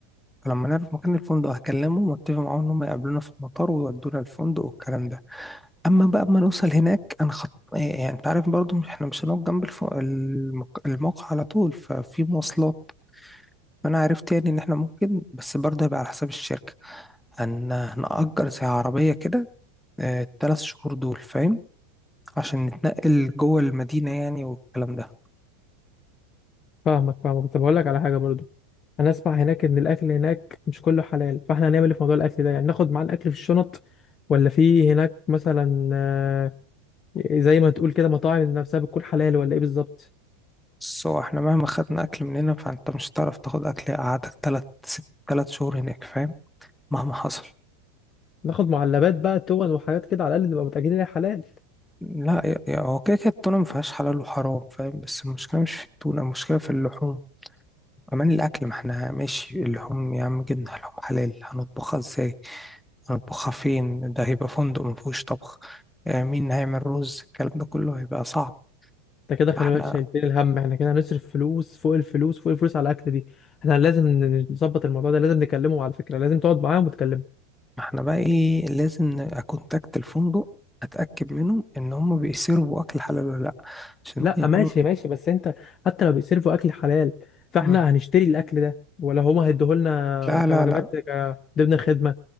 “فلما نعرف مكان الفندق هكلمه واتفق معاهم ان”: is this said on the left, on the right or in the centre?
Centre